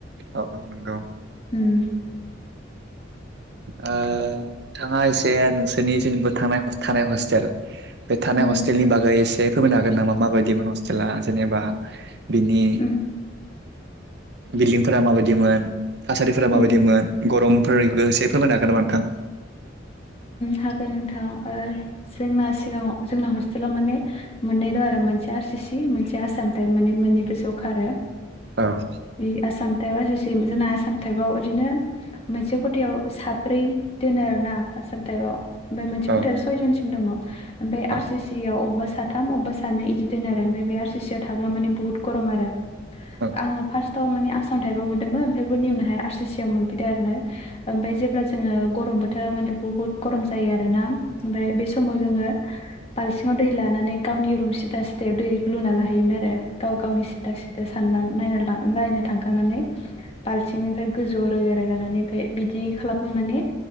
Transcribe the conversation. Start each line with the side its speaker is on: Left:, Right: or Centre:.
Right: औ नोंगौ
Left: उम।
Right: नोंथाङा एसे नोंसोरनि जेनेबोा थांनाय थानाय हस्टेल बे थानाय
Left: उम
Right: हस्टेलनि बागै एसे फमोनो हागोन नामा माबायदिमोन हस्टेला जेनेबा बिनि
Left: उम
Right: बिल्डिंफोरा माबायदिमोन थासारिफोरा माबायदिमोन
Left: उम
Right: गरमफोरखौ एसे फोरमायनो हागोन नामा नोंथां।
Left: हागोन नोंथां जोंना सिगाङाव जोंना हस्टेलाव माने मोननै दं आरो मोनसे आर सि सि मोनसे आसाम टाइप माने मोननैबो ज खारो
Right: औ
Left: बे आसाम टाइपआ सिम जोंना आसाम टाइपआव बिदिनो मोनसे खथायाव साब्रै दोनो आर ना आसाम टाइपाव ओमफ्राय मोनसे
Right: औ
Left: खथायाव सयजनसिम दङ ओमफ्राय
Right: औ
Left: आर सि सि आवबेबा सा साथाम अबेबा सानो इदि दोन आरो ओमफ्राय बे आर सि सि आव थाब्ला माने बुहुत गरम आरो
Right: औ
Left: आङो फार्स्ट थ माने आसाम थाइबा मोन्दोंमोन ओमफ्राय बनि उनावहाय आर सि सि आव मोनफैदों आरो ओमफफ्राय जेब्ला जोङो गरम बोथोर माने बहुत गरम जायो आरोोना ओमफ्राय बे समाव जो ब सिाव दै लानानै गावनि रुम सिदा सिदायाव दै लुना लाहयोमोन आरो गाव गावनि सिदा सिदा नो थांखांनानै बाल्थिंफ्राय गोजौआव रोगा रोगानानै ओमफ्राय बिदि खालामनाय माने